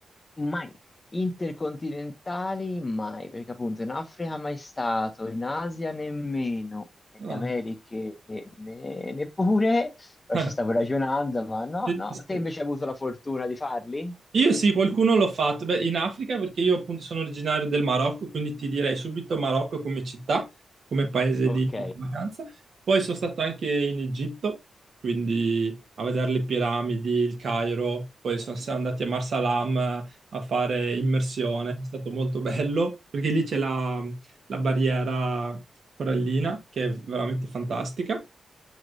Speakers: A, on the left (about 25°); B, on the right (about 60°).
A: Mai. Intercontinentali mai, perché appunto in Africa mai stato, in Asia nemmeno, nelle
B: Ah,
A: Americhe ne- neppure, poi
B: <laughs>
A: ci stavo ragionando, ma no,
B: sì,
A: no.
B: sì,
A: Te
B: sì.
A: invece hai avuto la fortuna di farli?
B: Io sì, qualcuno l'ho fatto. Beh, in Africa, perché io appunto sono originario del Marocco, quindi ti direi subito Marocco come città, come paese
A: Ok,
B: di di vacanza. Poi sono stato anche in Egitto, quindi a vedere le piramidi, il Cairo, poi sono siamo andati a Marsalam eh, a fare immersione,
A: ok.
B: è stato molto bello, perché lì c'è la, la barriera corallina, che è veramente fantastica.